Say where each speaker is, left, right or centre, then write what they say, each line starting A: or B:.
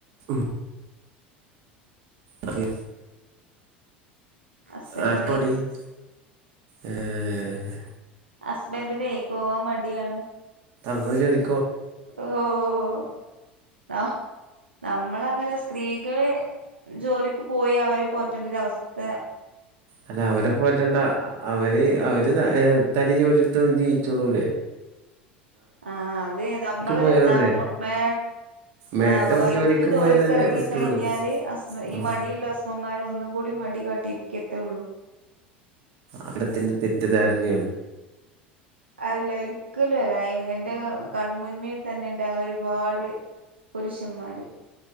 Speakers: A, on the right (about 55°); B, on the right (about 80°).
A: ഉം അതെ
B: ഹസ്ബൻഡിനെ
A: ആ <unintelligible> ഏഹ്
B: ഹസ്ബൻഡിനേ പോവാൻ മടിയാണ്
A: താങ്കൾ ജോലി
B: ഓ ഓ ഓ ന നമ്മളങ്ങനെ സ്ത്രീകള് ജോലിക്ക് പോയി അവരെ പോറ്റേണ്ടരവസ്ഥ
A: അല്ല അവരെ പോറ്റണ്ട അവര് അവര് തന്നെ ജോലിയെടുത്ത് ജീവിച്ചോളൂല്ലേ
B: ആ അതേ നമ്മള്
A: പോയാലല്ലേ
B: നമ്മ മേ
A: മേഡം
B: ആ വൈഫ്
A: ജോലിക്ക്
B: ജോലിക്കെറങ്ങി
A: പോയാലല്ലേ പറ്റുള്ളൂ
B: കഴിഞ്ഞാല് അസ്ബ ഈ
A: ഉം.
B: മടീള്ള അസ്ബമ്മാര് ഒന്നും കൂടി മടി കാ ട്ടി ഇരിക്കത്തേ ഒള്ളൂ
A: അവിടത്തിന്റെ തെറ്റിദ്ധാരണയാണ്
B: അല്ല എനി ക്ക് ലേ <unintelligible> എന്റെ കൺമുന്മേൽ തന്നെ ഇണ്ട് അങ്ങനെ ഒരുപാട് പുരുഷന്മാര്